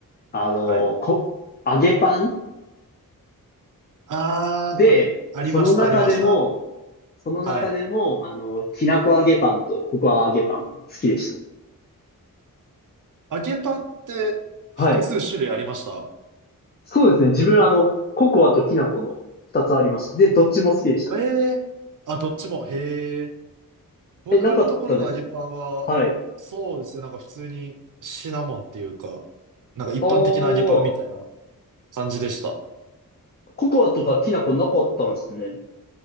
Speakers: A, on the left; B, on the right.
A: あの、
B: はい。
A: こ、揚げパン
B: あー、
A: で、
B: ありました、
A: その中でも、
B: ありました。
A: その中でも、
B: はい。
A: あの、きなこ揚げパンとココア揚げパン好きでした。
B: 揚げパンって複数種類ありました
A: はい。そうですね。自分、あの、ココアときなこの二つありました。で、どっちも好きでした。
B: へえ。あ、どっちも。へえ。僕のところの揚げパンは、
A: え、なかったです。はい。
B: そうですね、なんか普通にシナモンっていうか、なんか一般的な揚げパンみたいな
A: あー、
B: 感じでした。
A: ココアとかきなこなかったんですね。